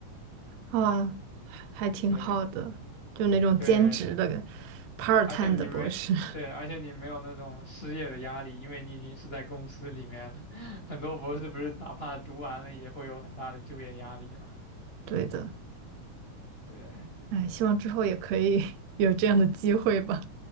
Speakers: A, on the right; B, on the left.
A: 啊，还挺好的，
B: 对
A: 就那种兼职的
B: 对，
A: part
B: 而且你没对，
A: time 的博士。<laughs>
B: 而且你没有那种失业的压力，因为你已经是在公司里面了。<laughs> 很多博士不是哪怕读完了也会有很大的就业压力嘛？
A: 对的，
B: 对
A: 哎，希望之后也可以 <laughs> 有这样的机会吧，